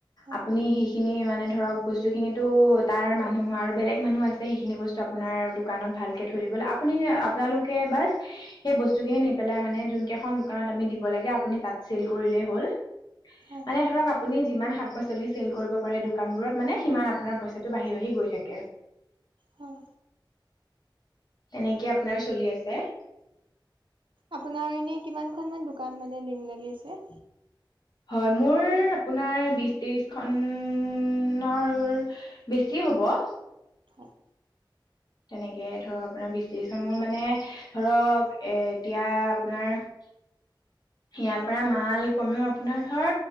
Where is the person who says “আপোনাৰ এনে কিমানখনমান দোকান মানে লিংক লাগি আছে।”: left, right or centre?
Right